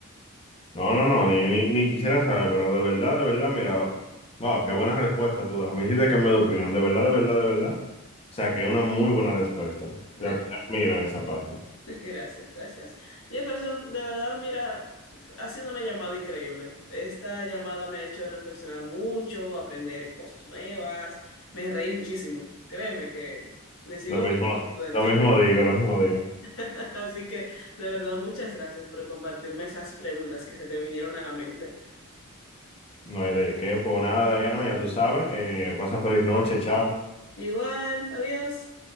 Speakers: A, on the left (about 25°); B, on the left (about 65°).
A: No, no, no, ni, ni, ni quisiera saber, pero de verdad, de verdad, mira, wow, qué buena respuesta tú das. Me hiciste cambiar de opinión, de verdad, de verdad, de verdad. O sea, que es una muy buena respuesta. O
B: Gracias.
A: sea, te admiro en esa parte.
B: <laughs> Gracias, gracias. Jefferson, de verdad, mira, ha sido una llamada increíble. Esta llamada me ha hecho reflexionar mucho, aprender cosas nuevas. Me reí muchísimo. Créeme que me sigo
A: Lo mismo,
B: riendo por dentro.
A: lo mismo digo, lo mismo digo.
B: <laughs> Así que, de verdad, muchas gracias por compartirme esas preguntas que se te vinieron a la mente.
A: No hay de qué, pues nada, Diana, ya tú sabes. Eh, pasa feliz noche, chao.
B: Igual, adiós.